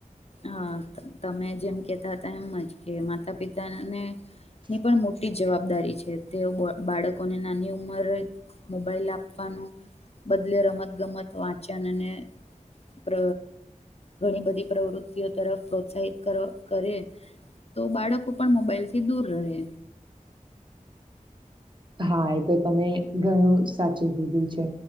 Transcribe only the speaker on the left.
હા, તમે જેમ કેતા હતા એમ જ કે માતા પિત તા અને હું પણ મોટી જવાબ દરી છે તે ઓ બાળકોને નાની ઉંમરે મોબાઈલ આપવાનો બદલે રમત ગમત, વાંચન અને પ્ર ઘણી બધી પ્રવૃત એ તરફ પ્રોત્સાહિત કર કરે તો બાળકો પણ મોબાઈલથી દૂર રહે.